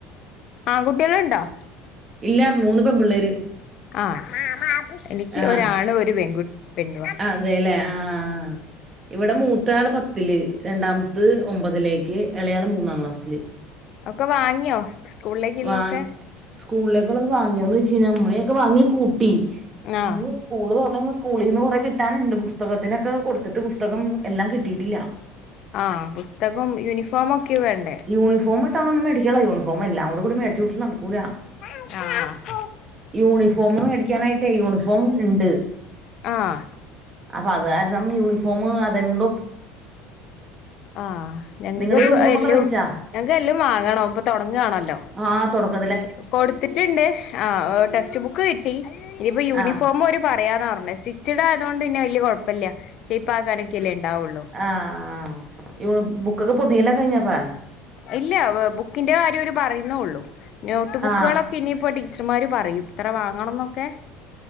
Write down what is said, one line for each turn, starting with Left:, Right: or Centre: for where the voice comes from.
Left: ആൺ കുട്ട്യള്ണ്ടോ?
Right: ഇല്ല മൂന്ന് പെമ്പിള്ളേര്
Left: ആഹ് എനിക്ക്
Right: ആഹ്
Left: ഒരാണും ഒരു പെൺകു പെണ്ണ്
Right: അതേല്ലേ ആഹ് ഇവിടെ മൂത്താള് പത്തില് രണ്ടാമത്ത് ഒമ്പതിലേക്ക് ഇളയാള് മൂന്നാം ക്ലാസ്സില്.
Left: ഒക്കെ വാങ്ങിയോ? സ്കൂളിലേക്കുള്ളൊക്കെ
Right: വാ സ്കൂളിലേക്കുള്ളത് വാങ്ങിയോന്ന് ച്ച്കഴിഞ്ഞാ മ്മളക്കെ വാങ്ങി കൂട്ടി
Left: ആഹ്
Right: ഇനി സ്കൂള് തൊറന്ന് കഴിയുമ്പോ സ്കൂളിന്ന് കൊറേ കിട്ടാനുണ്ട് പുസ്തകത്തിനൊക്കെ കൊടുത്തിട്ട് പുസ്തകം എല്ലാം കിട്ടീട്ടില്ല.
Left: ആഹ് പുസ്തകം യൂണിഫോമൊക്കെ വേണ്ടേ?
Right: യൂണിഫോമ് ക്കാണെന്നും മേടിക്കാനുള്ള യൂണഫോം എല്ലാം കൂടി മേടിച്ച് കൂട്ടല് നടക്കൂല.
Left: ആഹ് ആഹ്
Right: യൂണിഫോമ് മേടിക്കാനായിട്ടേ യൂണിഫോം ഇണ്ട്.
Left: ആഹ്
Right: അപ്പഅത് കാരണം യൂണിഫോം അതങ്ങും
Left: ആഹ് ഞങ്ങക്ക്
Right: നിങ്ങടെ യൂണിഫോം
Left: എല്ലും
Right: ഒക്കെ മേടിച്ചാ
Left: ഞങ്ങക്ക് എല്ലും വാങ്ങണം ഇപ്പൊ തൊടങ്ങണല്ലോ
Right: ആഹ് തൊടക്ക
Left: ഈ കൊടുത്തിട്ടുണ്ട് ആഹ് ടെക്സ്റ്റ് ബുക്ക് കിട്ടി ഇനിയിപ്പോ യൂണിഫോം
Right: ആ
Left: ഓര് പറയാന്നന്ന് പറഞ്ഞ സ്റ്റി ച്ച്ട് ആയതോണ്ട് പിന്നെ വല്യയ കൊഴപ്പല്ല ഷെയ്പ്പ് ആക്കാനൊക്കെ അല്ലേ ഇണ്ടാവൊള്ളൂ
Right: ആഹ് ആഹ് ഈ ബുക്കൊക്കെ പൊതിയലൊക്കെ കഴിഞ്ഞപ്പ
Left: ഇല്ല വ് ബുക്കിന്റെ കാര്യം ഓര് പറയുന്നേള്ളൂ നോട്ട് ബുക്കുകളൊ
Right: ആ
Left: ഇനിയിപ്പോ ടീച്ചർമാര് പറയും ഇത്ര വാങ്ങണന്നൊക്കെ